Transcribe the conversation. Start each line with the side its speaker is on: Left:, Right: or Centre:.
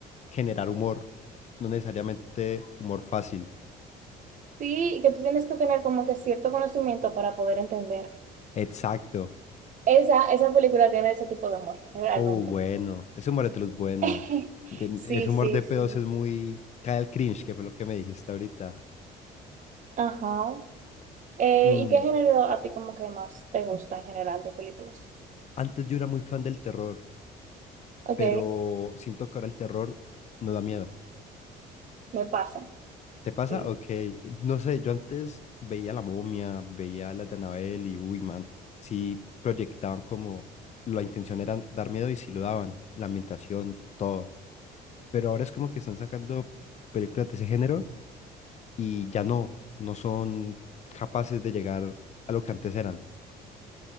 Left: generar humor, no necesariamente humor fácil.
Right: Sí, y que tú tienes que tener como que cierto conocimiento para poder entender.
Left: Exacto.
Right: Esa, esa película tiene ese tipo de humor, realmente.
Left: Oh, bueno, ese humor es de los buenos.
Right: <laughs>
Left: De-
Right: Sí,
Left: ese humor
Right: sí,
Left: de
Right: sí.
Left: pedos es muy... Cae el cringe, que fue lo que me dijiste ahorita.
Right: Ajá. Eh,
Left: Mm,
Right: ¿y qué género a ti como que más te gusta en general de películas?
Left: Antes yo era muy fan del terror.
Right: Ok,
Left: pero siento que ahora el terror no da miedo.
Right: me pasa.
Left: ¿Te pasa?
Right: Sí.
Left: Ok, no sé, yo antes veía La Momia, veía las de Annabelle y uy, man, sí proyectaban como la intención era dar miedo y sí lo daban, la ambientación, todo. Pero ahora es como que están sacando películas de ese género y ya no, no son capaces de llegar a lo que antes eran.